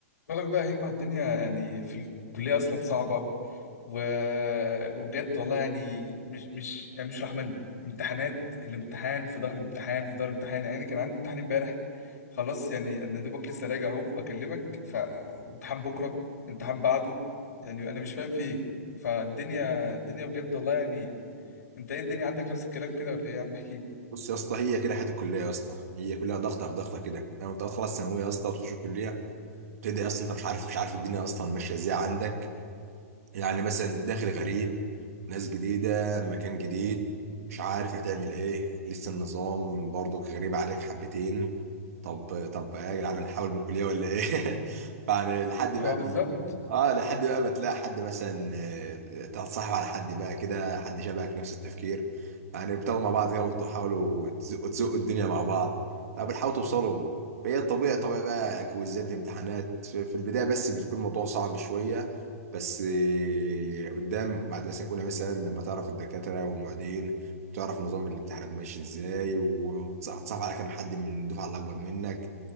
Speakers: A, on the left; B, on the right.
A: بقولك بقى هيما الدنيا يعني في الكلية أصلا صعبة و... وبجد والله يعني مش مش يعني مش راح منه امتحانات الامتحان في ظهر امتحان في ظهر امتحان يعني كان عندي امتحان امبارح خلاص يعني أنا دوبك لسه راجع أهو بكلمك فامتحان بكرة امتحان بعده يعني أنا مش فاهم في إيه فالدنيا الدنيا بجد والله يعني أنت إيه الدنيا عندك نفس الكلام كده ولا إيه يا عم احكيلي
B: بص يا اسطى هي كده حياه الكليه يا اسطى هي كلها ضغطه في ضغطه كده لما انت تخلص ثانويه يا اسطى وتخش الكليه تبدا اصلا انت مش عارف مش عارف الدنيا اصلا ماشيه ازاي عندك يعني مثلا داخل غريب ناس جديدة مكان جديد مش عارف هتعمل ايه لسه النظام برضك غريب عليك حبتين طب طب ايه يا جدعان هنحاول من كلية ولا ايه <laughs> فيعني لحد
A: اللي
B: بقى
A: هو بالظبط
B: اه لحد بقى ما تلاقي حد مثلا آه، تتصاحب على حد بقى كده حد شبهك نفس التفكير يعني بتاخدوا مع بعض كده وتحاولوا تزقوا تزقوا الدنيا مع بعض فبتحاولوا توصلوا فهي الطبيعي طبيعي بقى كويزات امتحانات في في البداية بس بتكون الموضوع صعب شوية بس آه، قدام بعد سنة أولى مثلا لما تعرف الدكاترة والمعيدين وتعرف نظام الامتحانات ماشي ازاي وتصعب على كام حد من الدفعة اللي أكبر منك